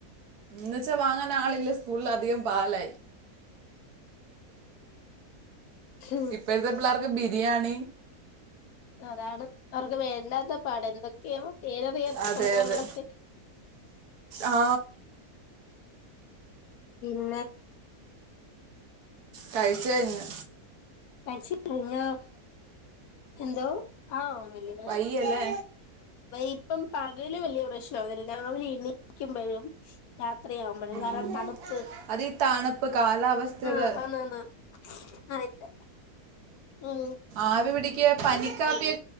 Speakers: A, on the right; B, on the left.
A: ഇന്ന്ച്ചാ വാങ്ങാൻ ആളില്ല സ്കൂളിൽ അധികം പാലായി
B: ആ
A: ഇപ്പഴ്ത്തെ പിള്ളേർക്ക് ബിരിയാണി
B: അതാണ് അവർക്ക് വേണ്ടാത്ത പാടാണ് എന്തക്കെയൊ പേരറിയാത്ത
A: അതെ
B: സംഭവങ്ങളൊക്കെ
A: അതെ ആ
B: പിന്നെ
A: കഴിച്ച് കയ്ഞ്ഞു
B: കഴിച്ച് കയിഞ്ഞോ എന്തോ ആ <unintelligible>
A: വയ്യ ലേ
B: ഇപ്പം പകല് വലിയ പ്രശ്നവുല്ല രാവിലെ എണിക്കുമ്പോഴും രാത്രി ത്രി യാവുമ്പോഴും കാരണം
A: ഉം.
B: തണുപ്പ്
A: അത് ഈ തണുപ്പ് കാലാവസ്ഥയുടെ
B: ആ അ ന്നന്ന അയിത്തെ ഉം
A: ആവി പിടിക്ക പനിക്കാപ്പിയ